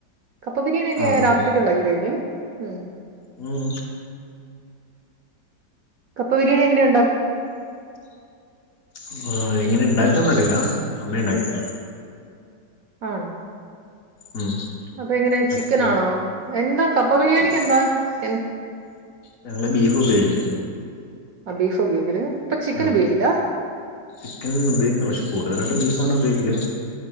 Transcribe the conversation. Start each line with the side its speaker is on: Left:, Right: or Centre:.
Right: കപ്പ ബിരിയാണിയൊക്കെ
Left: ആ
Right: രാത്രി
Left: ആ
Right: ഒക്കെ ഉണ്ടാക്കി കഴിക്കും ഉം
Left: ഉം
Right: കപ്പ ബിരിയാണിയെങ്ങനെയു
Left: <inaudible> ആ എങ്ങനെ ഇണ്ടാക്കാന്നറിയില്ല അമ്മയാ ഉണ്ടാക്കിയ
Right: ആണോ
Left: ഉം
Right: അപ്പൊ എങ്ങനെയാ ചിക്കനാണോ
Left: അപ്പൊ
Right: എന്താ കപ്പ ബിരിയാണിക്ക്
Left: ചിക്ക്
Right: എന്താ എ
Left: ഞങ്ങള് ബീഫ് ഉപയോഗി <inaudible>
Right: ആ ബീഫാ ഉപയോഗിക്കല് അപ്പൊ ചിക്കൻ
Left: ആ
Right: ഉപയോഗിക്കില്ല
Left: ചിക്കൻ ഉപയോഗിക്കും പക്ഷെ കൂടുതലായിട്ടും ബീഫ <unintelligible> അവിടെ ഉപയോഗിക്കില്ലേ